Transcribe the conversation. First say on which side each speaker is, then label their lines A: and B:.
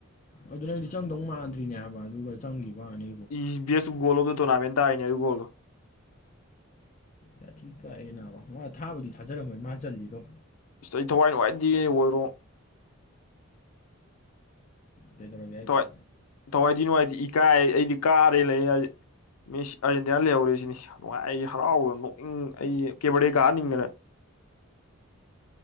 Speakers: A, on the left; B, on the left.
A: ꯑꯗꯨꯅ ꯑꯩꯗꯤ ꯆꯪꯗꯧ ꯃꯥꯟꯗ꯭ꯔꯤꯅꯦ ꯍꯥꯏꯕ ꯑꯗꯨꯒ ꯆꯪꯈꯤꯕꯅꯤ
B: is best goal of the tournament ꯇꯥꯏꯅꯦ ꯑꯗꯨ ꯕꯣꯜꯗꯣ
A: ꯌꯥꯥꯊꯤ ꯀꯛꯑꯦ ꯕ ꯃꯥ ꯊꯥꯕꯗꯤ ꯊꯥꯖꯔꯝꯃꯣꯏ ꯃꯥ ꯆꯜꯂꯤꯜꯂꯤꯗꯣ
B: ꯁꯤꯇ ꯑꯩ ꯊꯋꯥꯏ ꯅꯨꯡꯉꯥꯏꯇꯅꯦ ꯍꯣꯏꯔꯣꯡ
A: ꯀꯩꯗꯧꯔꯒꯦ ꯍꯥꯏꯁꯦ
B: ꯊꯋꯥꯏ ꯊꯋꯥꯏꯗꯤ ꯅꯨꯡꯉꯥꯏꯇꯗꯤ ꯏꯀꯥꯏ ꯑꯩꯗꯤ ꯀꯥꯔꯦ ꯂꯩ ꯃꯤ ꯑꯥꯔꯖꯦꯟꯇꯤꯅꯥ ꯂꯩꯍꯧꯔꯤꯁꯤꯅꯤ ꯅꯨꯡꯉꯥꯏ ꯑꯩ ꯍꯔꯥꯎꯕꯗ ꯅꯣꯛꯅꯤꯡ ꯑꯩ ꯀꯦꯕꯔꯗꯦ ꯀꯥꯅꯤꯡꯗꯅ